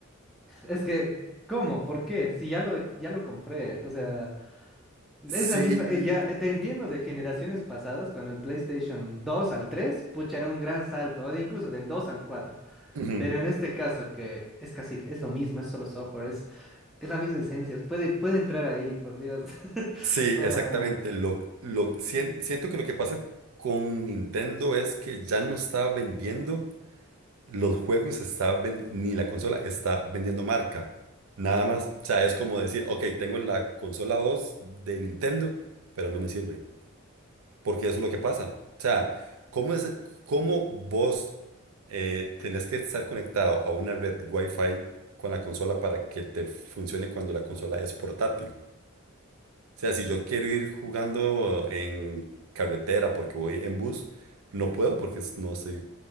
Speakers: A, in the centre; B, on the right (about 80°).
A: Es que, ¿cómo? ¿Por qué? Si ya lo, ya lo compré, o sea,
B: Sí,
A: es la misma, eh,
B: l-
A: ya eh, te entiendo de generaciones pasadas, cuando el PlayStation 2 al tres pucha, era un gran salto, o de incluso del 2 al 4,
B: ujú,
A: pero en este caso que es casi, es lo mismo, es solo software, es, es la misma esencia, puede, puede entrar ahí, por Dios. <laughs>
B: sí,
A: Ah,
B: exactamente. Lo, lo, sien- siento que lo que pasa con Nintendo es que ya no está vendiendo. los juegos está ven- ni la consola está vendiendo marca, nada más. O sea, es como decir, ok, tengo la consola 2 de Nintendo, pero no me sirve, porque eso es lo que pasa. O sea, ¿cómo es, cómo vos eh, tenés que estar conectado a una red Wi-Fi con la consola para que te funcione cuando la consola es portátil? O sea, si yo quiero ir jugando en carretera porque voy en bus, no puedo porque es- no estoy